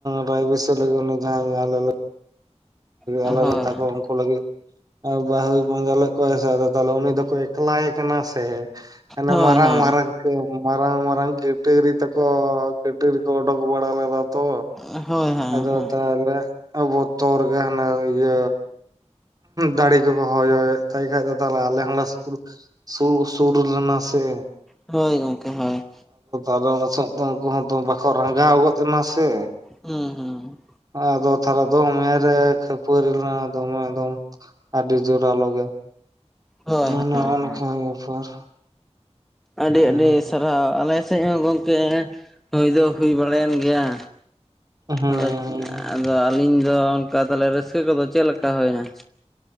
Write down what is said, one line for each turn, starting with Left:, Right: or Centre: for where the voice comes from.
Right: ᱨᱟᱭ ᱵᱟᱸᱥᱤᱹᱭᱟᱹ ᱞᱮᱠᱟ ᱩᱱᱤ ᱡᱟᱦᱟᱸ ᱟᱞᱮ ᱞᱮ
Centre: ᱦᱳᱭ
Right: ᱟᱞᱮ ᱨᱮᱱ ᱛᱟᱠᱚ ᱠᱚ ᱞᱟᱹᱜᱤᱫ ᱮ ᱵᱟᱦᱩᱭ ᱯᱟᱸᱡᱟ ᱞᱮᱜ ᱠᱚᱭᱟ ᱥᱮ ᱟᱫᱚ ᱛᱟᱦᱚᱞᱮ ᱩᱱᱤ ᱫᱚᱠᱚ ᱮᱠᱞᱟᱭᱮ ᱠᱟᱱᱟ ᱥᱮ᱾ ᱟᱱᱮᱮ
Centre: ᱦᱳᱭ
Right: ᱢᱟᱨᱟᱝ
Centre: ᱦᱳᱭ
Right: ᱢᱟᱨᱟᱝ ᱢᱟᱨᱟᱝ ᱢᱟᱨᱟᱝ ᱠᱟᱹᱴᱟᱹᱨᱤ ᱛᱮᱠᱚ ᱠᱟᱹᱴᱟᱹᱨᱤ ᱠᱚ ᱚᱰᱩᱚᱠ ᱵᱟᱲᱟ ᱞᱮᱫᱟ ᱛᱚ
Centre: ᱦᱳᱭ ᱦᱳᱭ ᱦᱳᱭ
Right: ᱟᱫᱚ ᱛᱟᱦᱚᱞᱮ ᱵᱚᱛᱚᱨᱜᱮ ᱦᱟᱱᱮ ᱤᱭᱟᱹ ᱫᱟᱲᱤ ᱠᱚᱠᱚ ᱦᱚᱭᱚᱭᱮᱜ ᱛᱟᱭ ᱠᱷᱟᱡ ᱟᱫᱚ ᱛᱟᱦᱚᱞᱮ ᱟᱞᱮ ᱦᱚᱸ ᱞᱮ ᱥᱩᱨᱩ ᱥᱩᱨ ᱥᱩᱨ ᱞᱮᱱᱟ ᱥᱮ᱾
Centre: ᱦᱳᱭ ᱜᱚᱝᱠᱮ ᱦᱳᱭ᱾
Right: ᱟᱫᱚ ᱵᱟᱥᱟᱡ ᱫᱚ ᱩᱱᱠᱩ ᱦᱚᱸ ᱫᱚ ᱵᱟᱠᱚ ᱨᱟᱸᱜᱟᱣ ᱜᱚᱫ ᱮᱱᱟ ᱥᱮ
Centre: ᱦᱩᱸ ᱦᱩᱸ ᱦᱩᱸ᱾
Right: ᱟᱫᱚ ᱛᱟᱦᱚᱞᱮ ᱫᱚᱢᱮ ᱨᱮ ᱠᱷᱟᱹᱯᱟᱹᱨᱤ ᱞᱮᱱᱟ ᱫᱚᱢᱮ ᱮᱠᱫᱚᱢ ᱟᱹᱰᱤ ᱡᱳᱨᱟᱞᱳ ᱜᱮ᱾
Centre: ᱦᱳᱭ ᱦᱳᱭ
Right: ᱱᱟᱜ-ᱚ ᱱᱟᱝᱠᱟ ᱵᱮᱯᱟᱨ᱾
Centre: ᱟᱹᱰᱤ
Right: ᱦᱩᱸ
Centre: ᱟᱹᱰᱤ ᱥᱟᱨᱦᱟᱹᱣ ᱟᱞᱮ ᱥᱮᱜ ᱦᱚᱸ ᱜᱚᱝᱠᱮ ᱦᱩᱭ ᱫᱚ ᱦᱩᱭ ᱵᱟᱲᱟᱭᱮᱱ ᱜᱮᱭᱟ
Right: ᱦᱩᱸ
Centre: ᱟᱫᱚ ᱟᱫᱚ ᱟᱹᱞᱤᱧ ᱫᱚ ᱚᱱᱠᱟ ᱛᱟᱦᱚᱞᱮ ᱨᱟᱹᱥᱠᱟᱹ ᱠᱚᱫᱚ ᱪᱮᱫ ᱞᱮᱠᱟ ᱦᱩᱭᱱᱟ?